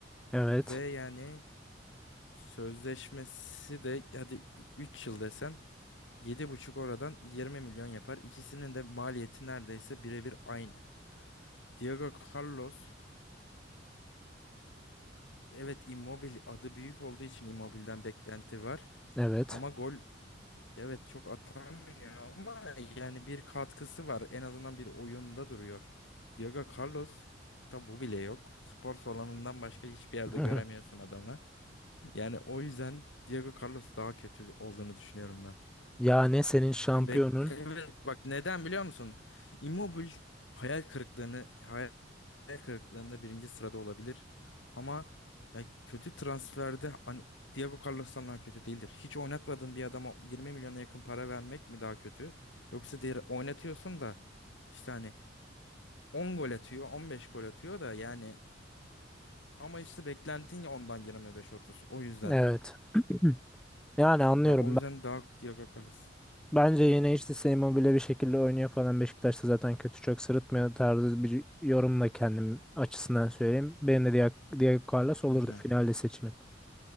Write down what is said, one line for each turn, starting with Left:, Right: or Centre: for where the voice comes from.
Centre: Evet.
Left: Ve yani sözleşmesi de hadi 3 yıl desen yedi buçuk oradan 20 milyon yapar. İkisinin de maliyeti neredeyse birebir aynı. Diego Carlos evet Immobile adı büyük olduğu için Immobile'den beklenti var.
Centre: Evet.
Left: Ama gol Evet çok atamıyor ama yani bir katkısı var. En azından bir oyunda duruyor. Diego Carlos da bu bile yok. Spor salonundan başka hiçbir yerde
Centre: <laughs>
Left: göremiyorsun adamı. Yani o yüzden Diego Carlos daha kötü olduğunu düşünüyorum ben.
Centre: Yani senin şampiyonun.
Left: Bek evet, bak neden biliyor musun? Immobile hayal kırıklığını hayal kırıklığında birinci sırada olabilir. Ama ya kötü transferde hani Diego Carlos'tan daha kötü değildir. Hiç oynatmadığın bir adama 20 milyona yakın para vermek mi daha kötü? Yoksa diğer oynatıyorsun da işte hani 10 gol atıyor, 15 gol atıyor da yani ama işte beklentin ya ondan 25-30. O yüzden.
Centre: Evet. <clears throat> Yani anlıyorum.
Left: Ya o yüzden daha Diego Carlos.
Centre: Bence yine işte Immobile bir şekilde oynuyor falan. Beşiktaş'ta zaten kötü çok sırıtmıyor tarzı bir yorumla kendim açısından söyleyeyim. Benim de Diego, Diego Carlos olurdu
Left: Hı hı.
Centre: finalde seçimin.